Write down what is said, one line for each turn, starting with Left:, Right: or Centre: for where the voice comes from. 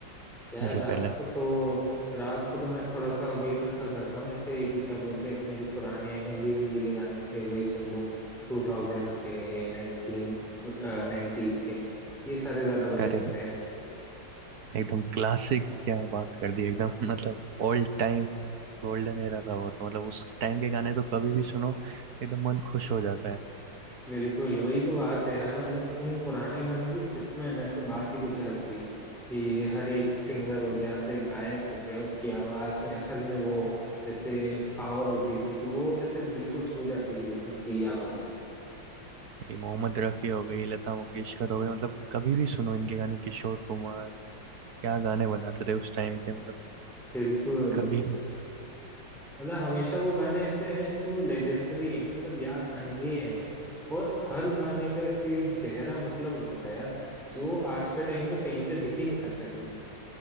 Centre: यार
Right: से
Centre: रात
Right: पहले
Centre: को तो रात को तो मैं थोड़ा सा वही प्रेफर करता हूँ ऐसे कि क्या बोलते हैं अपने जो पुराने हिंदी हिंदी के गाने थे वही सुन लूँ टू थाउजेंड्स के नाइनटीन नाइन्टीज के ये सारे ज्यादा बढ़िया
Right: अरे
Centre: लगते हैं
Right: एकदम क्लासिक क्या बात कर दी एकदम मतलब ओल्ड टाइम गोल्डन एरा था वो तो मतलब उस टाइम के गाने तो कभी भी सुनो एकदम मन खुश हो जाता है
Centre: बिल्कुल वही तो बात है यार मतलब उन पुराने गानों की सच में ना ऐसे बात ही कुछ अलग थी कि हर एक सिंगर हो गया हर एक गायक हो गया उसकी आवाज में असल में वो ऐसे पावर होती थी कि वो ऐसे दिल को छू जाती थी बस उनकी आवाजें
Right: ये मोहम्मद रफ़ी हो गई लता मंगेशकर हो गई मतलब कभी भी सुनो इनके गाने किशोर कुमार क्या गाने बनाते थे उस टाइम के मतलब
Centre: बिल्कुल
Right: कभी भी
Centre: मतलब हमेशा वो गाने ऐसे हैं जो लेजेंडरी हैं कि मतलब याद आएंगे ही आएंगे और हर गाने का ऐसे एक गहरा मतलब होता था यार जो आज के टाइम पे कहीं पे दिख ही नहीं सकता ऐसे